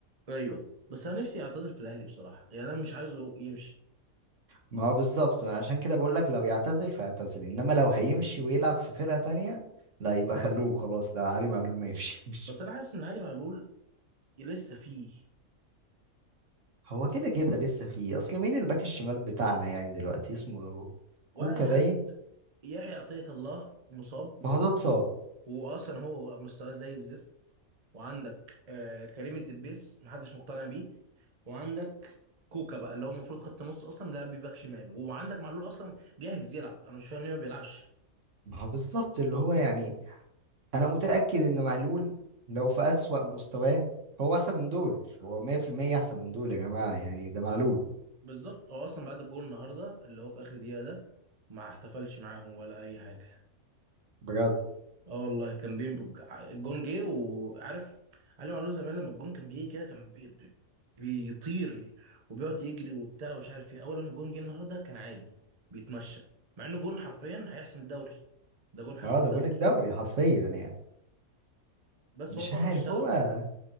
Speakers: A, on the right; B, on the right.
A: ايوه بس انا نفسي اعتزل في الاهلي بصراحه يعني انا مش عايزه يمشي
B: ما هو بالظبط ما عشان كده بقول لك لو يعتزل فيعتزل انما لو هيمشي ويلعب في فرقة تانية لا يبقى خلوه خلاص لا علي معلول ما يمشيش
A: بس انا حاسس ان علي معلول لسه فيه
B: <laughs> هو كده كده لسه فيه اصل مين الباك الشمال بتاعنا يعني دلوقتي اسمه كوكا
A: ولا اي حد
B: باين
A: يحيى عطيه الله مصاب
B: ما هو ده اتصاب
A: واصلا هو مستواه زي الزفت وعندك آه كريم الدبيس محدش مقتنع بيه وعندك كوكا بقى اللي هو المفروض خط نص اصلا لاعب باك شمال وعندك معلول اصلا جاهز يلعب انا مش فاهم ليه ما بيلعبش
B: ما هو بالظبط اللي هو يعني انا متاكد ان معلول لو في اسوأ مستواه هو احسن من دول هو 100% احسن من دول يا جماعه يعني ده معلول
A: بالظبط هو اصلا بعد الجول النهارده اللي هو في اخر دقيقه ده ما احتفلش معاهم ولا اي حاجه
B: بجد
A: اه والله كان بين الجون جه وعارف علي معلول زمان لما الجون كان بيجي كده كان بي... بي... بيطير وبيقعد يجري وبتاع ومش عارف ايه اول ما الجون جه النهارده كان عادي بيتمشى مع انه جون حرفيا هيحسم الدوري ده جون حسم
B: اه
A: الدوري
B: ده جون الدوري حرفيا يعني
A: بس
B: مش
A: هو فقد
B: عارف
A: الشغف
B: هو